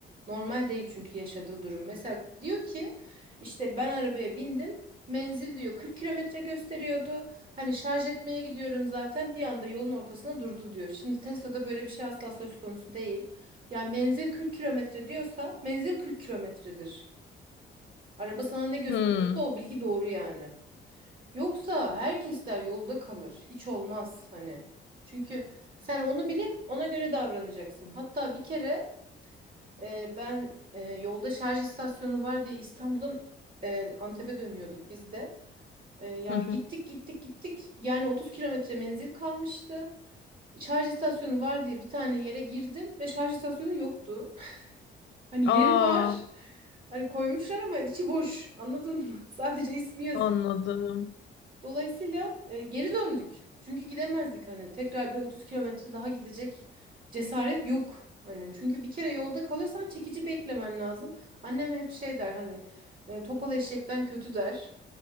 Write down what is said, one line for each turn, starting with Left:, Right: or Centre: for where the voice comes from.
Right: normal değil çünkü yaşadığı durum. Mesela diyor ki işte ben arabaya bindim. Menzil diyor 40 kilometre gösteriyordu. Hani şarj etmeye gidiyorum zaten bir anda yolun ortasına durdu diyor. Şimdi Tesla'da böyle bir şey asla söz konusu değil. Yani menzil 40 kilometre diyorsa menzil 40 kilometredir. Araba sana ne gösteriyorsa
Left: Hmm.
Right: o bilgi doğru yani. Yoksa herkesler yolda kalır. Hiç olmaz hani. Çünkü sen onu bilip ona göre davranacaksın. Hatta bir kere e, ben e, yolda şarj istasyonu var diye İstanbul'dan e, Antep'e dönüyorduk biz de. E, ya
Left: Hı hı.
Right: gittik gittik gittik. Yani 30 kilometre menzil kalmıştı. Şarj istasyonu var diye bir tane yere girdim ve şarj istasyonu yoktu. <laughs> Hani
Left: Aa.
Right: yeri var. Hani koymuşlar ama içi boş. Anladın mı? <laughs> Sadece ismi yazıyor.
Left: Anladım.
Right: Dolayısıyla e, geri döndük. Çünkü gidemezdik hani tekrar bir 30 kilometre daha gidecek cesaret yok. Hani çünkü bir kere yolda kalırsan çekici beklemen lazım. Annem hep şey der hani e, topal eşekten kötü der.